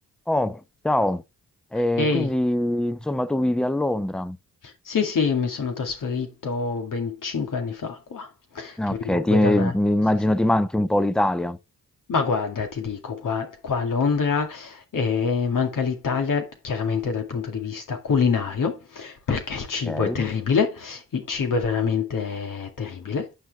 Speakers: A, in the centre; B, on the left.
A: Oh, ciao. E
B: Ehi,
A: quindi, insomma, tu vivi a Londra.
B: sì, sì, mi sono trasferito ben 5 anni fa qua,
A: Ah,
B: che
A: Ok,
B: venivo poi
A: ti, mi
B: da una...
A: immagino
B: Sì, sì,
A: ti
B: da-
A: manchi un po' l'Italia.
B: Ma guarda, ti dico, qua, qua a Londra eh, manca l'Italia chiaramente dal punto di vista culinario, perché il cibo
A: Ok,
B: è terribile, il cibo è veramente terribile,